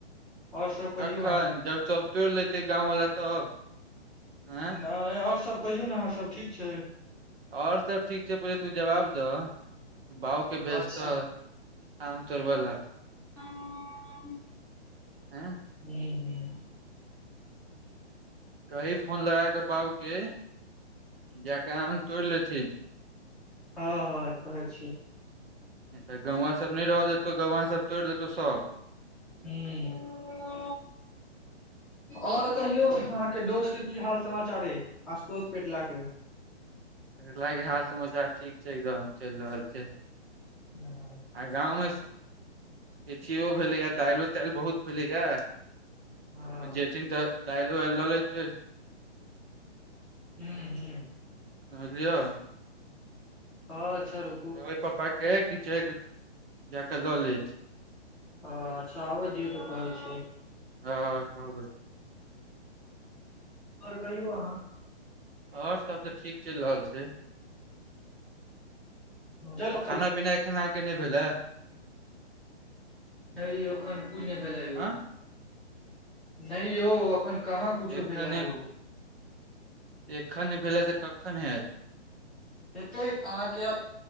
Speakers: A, in the centre; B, on the right (about 55°).
A: आओर सब कहियौ
B: कखन
A: अहाँ
B: जब सब तोड़ि लेते गाँंवला तब आँ
A: नहि आओर सभ कहियौ ने अहाँ सब ठीक छै
B: आओर सब ठीक छै पहिले तू जवाब दह त बाबके भेजतह
A: अच्छा
B: आाम तोरब ले
A: <inaudible>
B: आँ
A: हू ह
B: कही फोन लगााकऽ बाबूके जका आम तोड़ि लेथिन
A: हँ हँ कहै छी
B: नहि तऽ गौवा सब नहि रहहि देतौ गौवा सब तोड़ि लेतौ सभ
A: हू और कहियौ अहाँके दोस्त के की हाल समाचार आशुतोष पेटला के
B: पेटला के हाल समाचार ठीक छै एकदम चलि रहल छै
A: <inaudible>
B: आ गाँवमे पचियो भेलैएा दालो तालि बहुत भेलैएा
A: हूँ
B: जेथिन तऽ दायलो वाल लतै
A: हू हू
B: समझलियौ
A: हँ छलू
B: कबहै पापा के कि चलि जा कऽ लऽ लेत
A: ह अच्छा आबै दियौ तऽ कहै छी
B: हँ कबहै
A: आओर कहियौ अहाँ
B: आओर सब त ठीक चल रहल छै
A: चलू
B: त खाना पीना एखन अहाँके नहि भेलै
A: नहि एखन कुछ न भेल यौ
B: हँ
A: नहि यौ जान। कहाँ कुछ
B: एखन
A: भेल ह यौ
B: एखन नहि भेलै तऽ कखन हैत
A: हेतै अहाँके आब